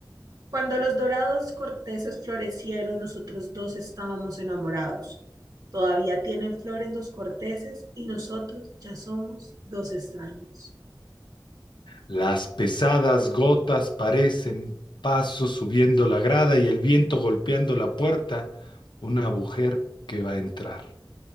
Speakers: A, on the right (about 55°); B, on the left (about 75°).
A: Cuando los dorados corteses florecieron, nosotros dos estábamos enamorados. Todavía tienen flores los corteses y nosotros ya somos dos extraños.
B: Las pesadas gotas parecen pasos subiendo la grada y el viento golpeando la puerta, una mujer que va a entrar.